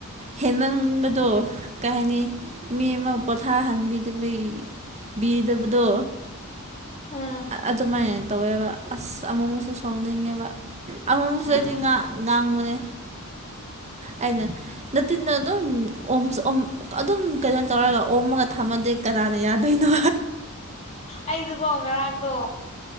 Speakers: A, on the right; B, on the left.
A: ꯍꯦꯟꯃꯟꯕꯗꯣ ꯀꯩ ꯍꯥꯏꯅꯤ ꯃꯤ ꯑꯃ ꯄꯣꯊꯥꯍꯟꯕꯤꯗꯕꯩ ꯕꯤꯗꯕꯗꯣ
B: ꯑꯥ
A: ꯑꯗꯨꯃꯥꯏꯅ ꯇꯧꯋꯦꯕ ꯑꯁ ꯑꯃꯨꯃꯨꯛꯁꯨ ꯁꯥꯎꯅꯤꯡꯉꯦꯕ ꯑꯃꯨꯃꯨꯛꯁꯨꯑꯩꯗꯤ
B: ꯑꯥ
A: ꯉꯥꯡ ꯉꯥꯡꯕꯅꯦ ꯑꯩꯅ ꯅꯇꯤꯟꯗꯣ ꯑꯗꯨꯝ ꯑꯣ ꯑꯗꯨꯝ ꯀꯩꯅꯣ ꯇꯧꯔꯒ ꯑꯣꯝꯃꯒ ꯊꯝꯃꯗꯤ ꯀꯅꯥꯅ ꯌꯥꯗꯣꯏꯅꯣ
B: ꯑꯩꯁꯨꯀꯣ ꯉꯔꯥꯡꯗꯣ